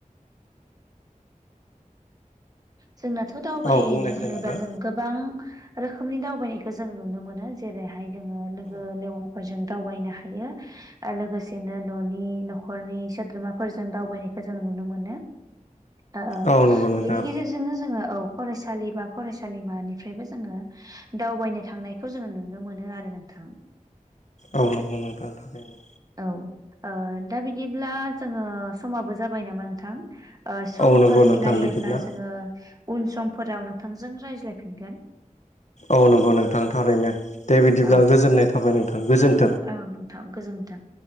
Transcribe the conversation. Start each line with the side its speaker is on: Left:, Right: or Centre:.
Right: जोंनाथ' दावबायनो
Left: औ बुंनायसाय
Right: होनोबा
Left: नोंथां
Right: जों गोबां रोखोमनि दावबायनायखौ जों नुनो मोनो। जेरैहाय जोङो लोगो लेवाफोरजों दावबायनो हायो। ओ लोगोसेनो न'नि न'खरनि सोद्रोमाफोरजों दावबायनायखौ जों नुनो मोनो। ओ ओ
Left: औ नंगौ नोंथां
Right: बेनि गेजे रजोंनो जोङो औ फरायसालि बा फरायसालिमानिफ्रायबो जोङो दावबायनो थांनायखौ जोङो नुनो मोनो आरो नोंथां।
Left: औ नंगौ नोंथां थारैनो।
Right: औ ओ दा बिदिब्ला जोङो समाबो जाबाय नामा नोंथां? ओ समफोर
Left: औ नंगौ नोंथां
Right: मिलायोब्ला
Left: बिदिब्ला
Right: जो ङो उन समफोराव नोंथांजों रायज्लायफिनगोन।
Left: औ नंगौ नोंथां थारैनो। दे बिदिब्ला
Right: औ
Left: गोजोननाय थाबाय नोंथां गोजोन
Right: औ नोंथां गोजोन्थों।